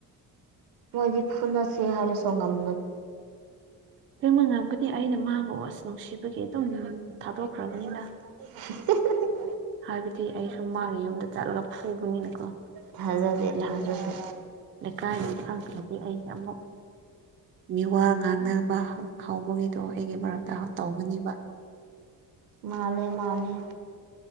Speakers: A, on the right; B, on the right.
A: ꯃꯣꯏꯗꯤ ꯐꯨꯅꯁꯦ ꯍꯥꯏꯔꯁꯨ ꯉꯝ
B: ꯆꯞ ꯃꯥꯅꯔꯝꯒꯅꯤ ꯑꯩꯅ ꯃꯥꯕꯨ ꯑꯁ ꯅꯨꯡꯁꯤꯕꯒꯤ ꯑꯗꯨꯝ ꯊꯥꯗꯣꯛꯈ꯭ꯔꯕꯅꯤꯅ
A: <unintelligible>
B: ꯍꯥꯏꯕꯗꯤ ꯑꯩꯁꯨ ꯃꯥꯒꯤ ꯌꯨꯝꯗ ꯆꯠꯂꯒ ꯐꯨꯕꯅꯤꯅꯀꯣ
A: ꯊꯥꯖꯗꯦ
B: ꯂꯤꯛ
A: ꯊꯥꯖꯗꯦ
B: ꯂꯩꯀꯥꯏꯅ ꯐꯪꯈ꯭ꯔꯗꯤ ꯑꯩꯁꯦ ꯑꯃꯨꯛ ꯃꯤꯋꯥ ꯉꯥꯡꯅꯕ ꯍꯧꯕꯒꯤ ꯗꯣ ꯑꯩꯒꯤ ꯃꯔꯛꯇ ꯇꯧꯒꯅꯦꯕ
A: ꯃꯥꯜꯂꯦ ꯃꯥꯜꯂꯦ